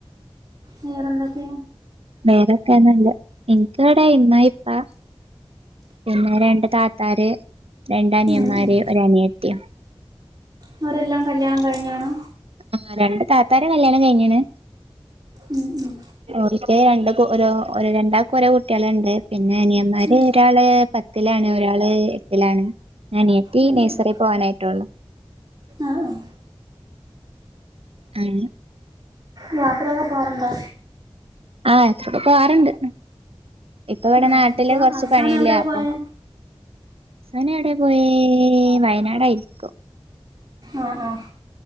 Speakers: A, on the right (about 40°); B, on the right (about 75°).
A: വേറെ എന്തൊക്കെ
B: വേറൊക്കെ നല്ലത് ഇനിക്ക് ഇവിടെ ഇമ്മ ഇപ്പ പിന്നെ രണ്ട് താത്താര് രണ്ട് അനിയന്മാര്
A: ഉം ഉം
B: ഒര് അനിയത്തിം
A: അവരെല്ലാം കല്യാണം കഴിഞ്ഞാണോ
B: ആഹ് രണ്ട് താത്താരെ കല്യാണം കഴിഞ്ഞ്ണ്
A: ഉം ഉം
B: ഓൽക്ക് രണ്ട് ഓരോ രണ്ടാക്കും ഓരോ കുട്ട്യാള്ണ്ട് പിന്നെ അനിയന്മാര്
A: ഉം
B: ഒരാള് പത്തിലാണ് ഒരാള് എട്ടിലാണ് അനീയത്തി
A: ഉം
B: നഴ്സറി
A: ഉം
B: പോവാനായിട്ടുള്ളൂ
A: ആഹ് ആഹ്
B: ആണ്
A: യാത്രയൊക്കെ പോവാറുണ്ടോ
B: ആഹ് യാത്രയൊക്കെ പോവാറുണ്ട് ഇപ്പ ഇവിടെ
A: ആഹ്
B: നാട്ടില്
A: ഇപ്പൊ
B: കൊറച്ച്
A: അവസാനം
B: പണിലാ
A: എവിടെ
B: അപ്പൊ
A: പോയേ
B: അവസാനം എവിടെ പോയേ വയനാടായിരിക്കും
A: ആഹ് ആഹ്